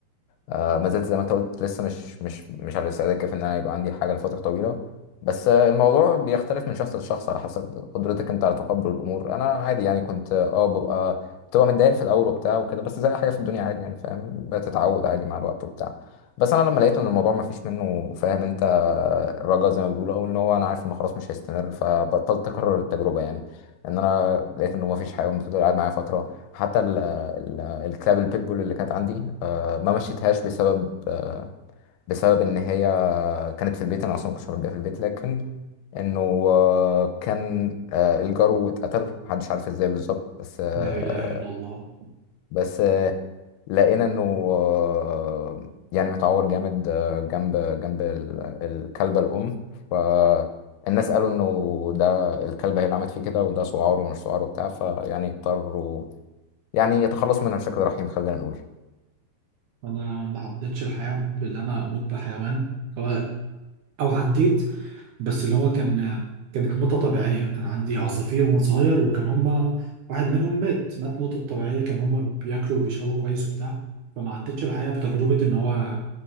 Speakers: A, on the left; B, on the right.
A: آه، ما زلت زي ما انت قلت لسه مش مش مش على الاستعداد الكافي ان انا يبقى عندي حاجة لفترة طويلة بس آه، الموضوع بيختلف من شخص لشخص على حسب قدرتك انت على تقبل الامور انا عادي يعني كنت اه ببقى بتبقى متضايق في الاول وبتاع وكده بس زي أي حاجة في الدنيا عادي يعني فاهم بتتعود عادي مع الوقت وبتاع بس انا لما لقيت ان الموضوع ما فيش منه فاهم انت الرجاء زي ما بيقولوا او ان هو انا عارف انه خلاص مش هيستمر فبطلت اكرر التجربه يعني ان انا لقيت انه ما فيش حاجه وفضل قاعد معايا فتره حتى ال ال الكلاب البيتبول اللي كانت عندي آه، ما مشيتهاش بسبب آه، بسبب ان هي كانت في البيت انا اصلا ما كنتش مربيها في البيت لكن انه آه، كان آه، الجرو اتقتل محدش عارف ازاي بالظبط بس آه،
B: لا اله الا الله
A: بس آه، لقينا انه آه، يعني متعور جامد آه، جنب جنب ال- الكلبة الأم فالناس قالوا انه ده الكلبة هي اللي عملت فيه كده وده سعار ومش سعار وبتاع فيعني اضطروا يعني يتخلصوا منها بشكل رحيم خلينا نقول
B: انا ما عدتش الحياه بان انا اموت بحيوان هو- او عديت بس اللي هو كان كانت موتة طبيعية كان عندي عصافير وأنا صغير وكان هما واحد منهم مات مات موتة طبيعية كان هما بياكلوا وبيشربوا كويس وبتاع فما عدتش الحقيقة بتجربة إن هو